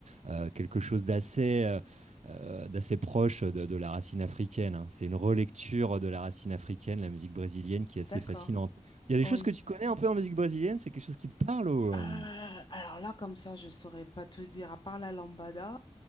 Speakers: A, on the right (about 65°); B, on the left (about 40°).
A: euh, quelque chose d'assez euh, euh, d'assez proche de, de la racine africaine. hein. C'est une relecture de la racine africaine, la musique brésilienne, qui
B: D'accord.
A: est assez fascinante. Il y a des
B: Oui.
A: choses que tu connais un peu en musique brésilienne, c'est quelque chose qui te parle ou...
B: Euh,
A: euh,
B: alors là, comme ça, je saurais pas te dire, à part la lambada,